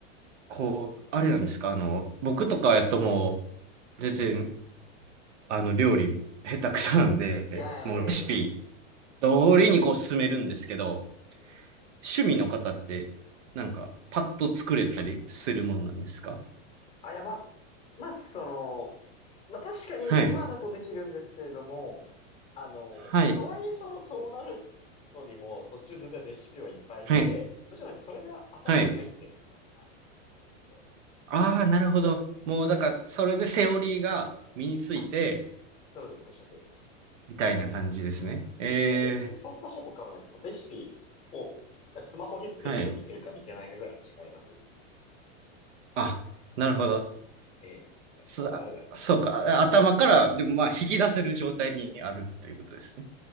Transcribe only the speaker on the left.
いやいや、
え
え、ええ、
あ、やば、まあその、まあ確かに今だとできるんですけれども、
あの、
とはいえそのそうなるのにも途中全然レシピをいっぱい見て、
途中なんかそれが頭に入ってるみたいな感じで。
あ、そうです。おっしゃる通りです。
全然そんなほぼ変わらないです。もうレシピを、なんかスマホを開いてレシピを見てるか見てないかぐらいの違いだと。
ええ。
そんなあれなんですけど。